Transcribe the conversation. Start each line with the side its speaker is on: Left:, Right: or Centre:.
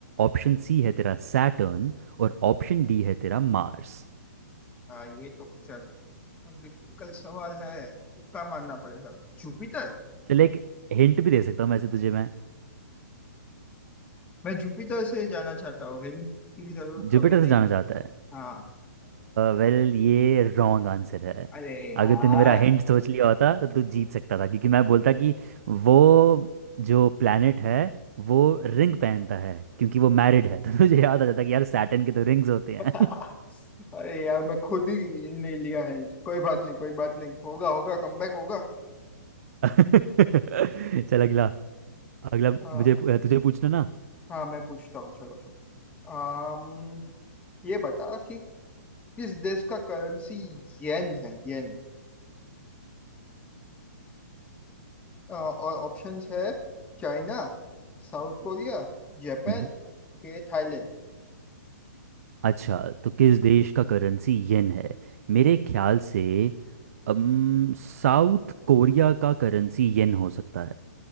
Right: ऑप्शन सी है तेरा सैटर्न और ऑप्शन डी है तेरा मार्स
Left: हाँ ये तो कुछ डिफिकल्ट सवाल है तुक्का मारना पड़ेगा जुपिटर
Right: चल एक हिंट भी दे सकता हूँ वैसे तुझे मैं
Left: मैं जुपिटर से जाना चाहता हूँ हिंट की जरूरत तो
Right: जुपिटर
Left: अभी नहीं
Right: से जाना चाहता
Left: हाँ
Right: वेल ये रॉन्ग आंसर है
Left: अरे यार
Right: अगर तूने मेरा हिंट सोच लिया होता तो तू जीत सकता था क्योंकि मैं बोलता कि वो जो प्लैनेट है वो रिंग पहनता है क्योंकि वो मैरिड है तो तुझे याद आ जाता कि यार सैटर्न के तो रिंग्स होते हैं
Left: <laughs> अरे यार मैं खुद ही नहीं लिया हिंट कोई बात नहीं कोई बात नहीं होगा होगा कमबैक होगा
Right: <laughs> चल अगला अगला
Left: हाँ
Right: मुझे तुझे पूछना ना
Left: हाँ मैं पूछता हूँ चलो चलो आम, ये बता कि किस देश का करेंसी येन है येन अ, और ऑप्शंस है चाइना साउथ कोरिया जापान
Right: हम्म।
Left: के थाईलैंड
Right: अच्छा तो किस देश का करेंसी येन है मेरे ख्याल से अम, साउथ कोरिया का करेंसी येन हो सकता